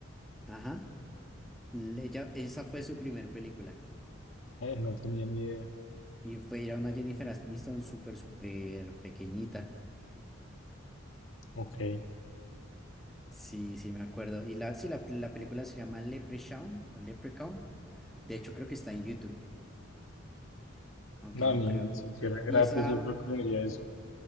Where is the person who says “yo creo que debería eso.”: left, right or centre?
Left